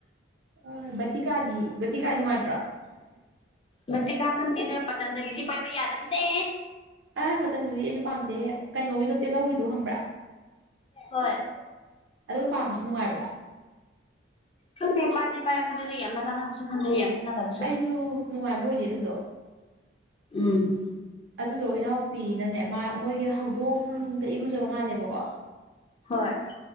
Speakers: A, on the right; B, on the left.
A: ꯑꯥ ꯕꯇꯤꯀꯗꯤ ꯕꯇꯤꯀꯥꯗꯤ ꯅꯨꯡꯉꯥꯏꯇ꯭ꯔꯣ
B: ꯕꯇꯤꯀ ꯈꯪꯗꯦ ꯑꯗꯣ ꯄꯇꯟꯖꯂꯤꯗꯤ ꯄꯥꯏꯕ ꯌꯥꯗꯕꯅꯦ
A: ꯑꯥ ꯄꯇꯟꯖꯂꯤ ꯑꯩꯁꯨ ꯄꯥꯝꯗꯦ ꯀꯩꯅꯣꯒꯤꯗꯣ ꯇꯤꯜꯍꯧꯒꯤꯗꯣ ꯈꯪꯕ꯭ꯔꯥ
B: ꯍꯣꯏ
A: ꯑꯗꯨ ꯄꯥꯝ ꯅꯨꯡꯉꯥꯏꯕ꯭ꯔꯥ
B: ꯈꯪꯗꯦ ꯄꯥꯏꯕꯤ ꯄꯥꯏ ꯃꯗꯨ ꯌꯥꯝ ꯆꯥꯟꯅꯥꯕꯁꯨ ꯈꯪꯗꯦ ꯌꯥꯝ ꯆꯥꯟꯅꯕ
A: ꯑꯩꯖꯨ ꯅꯨꯡꯉꯥꯏꯕ ꯑꯣꯏꯗꯦ ꯑꯗꯨꯗꯣ
B: ꯎꯝ
A: ꯑꯗꯨꯗꯣ ꯏꯅꯥꯎꯄꯤꯅꯅꯦ ꯃꯥ ꯃꯣꯏꯒꯤ ꯍꯧꯗꯣꯡꯗ ꯏꯔꯨꯖꯕ ꯃꯥꯜꯂꯦꯕꯀꯣ
B: ꯍꯣꯏ